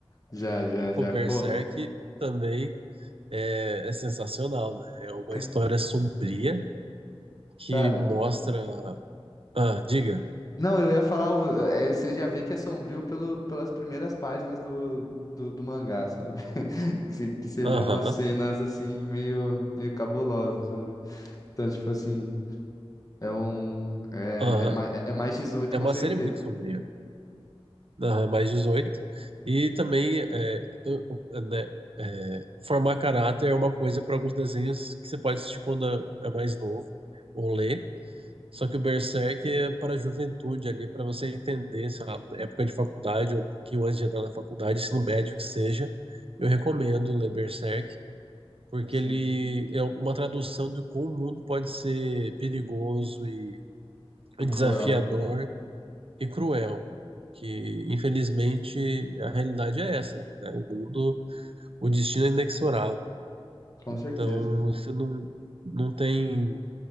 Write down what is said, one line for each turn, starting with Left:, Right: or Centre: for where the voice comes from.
Left: já, já,
Right: Pô,
Left: já.
Right: Berserk
Left: Pô,
Right: também é, é sensacional, né? É uma
Left: ca-
Right: história sombria que
Left: cara,
Right: mostra. Ah, diga.
Left: Não, eu ia falar, o- é, você já vê que é sombrio pelo, pelas primeiras páginas do, do, do mangá, sabe? <laughs> Que, você- que você
Right: Aham,
Left: vê umas cenas assim meio, meio cabulosas, sabe? Então, tipo assim, é um. É,
Right: aham.
Left: é, mais, é é mais 18,
Right: É
Left: com
Right: uma
Left: certeza.
Right: série muito sombria. Aham, mais 18. E também, é, eu- eu- né, é, formar caráter é uma coisa para alguns desenhos que você pode assistir quando é é mais novo ou ler. Só que o Berserk é para a juventude ali, para você entender, sei lá, época de faculdade ou um pouquinho antes de entrar na faculdade, ensino médio que seja. Eu recomendo ler Berserk. porque
Left: Sim.
Right: ele é uma tradução de como o mundo pode ser perigoso e
Left: E cruel.
Right: desafiador e cruel, que infelizmente a realidade é essa, né? O mundo, o destino é inexorável.
Left: Com
Right: Então
Left: certeza.
Right: você não, não tem,